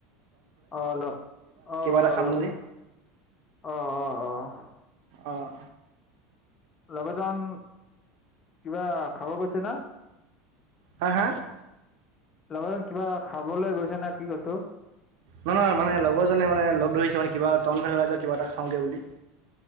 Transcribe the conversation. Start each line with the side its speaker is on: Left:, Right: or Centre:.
Left: আহ অ অ
Right: এটা খাম বুলি
Left: আহ অ অ
Right: অঁ
Left: লগৰ জন কিবা খাব গৈছে না
Right: হা হা
Left: লগৰ জন কিবা খাবলৈ গৈছে না কি কৈছো
Right: নহয় নহয় মানে লগৰজনে মানে লগ ধৰিছে মানে কিবা টাউন ফালে জাই কিবা এটা খাওঁগে বুলি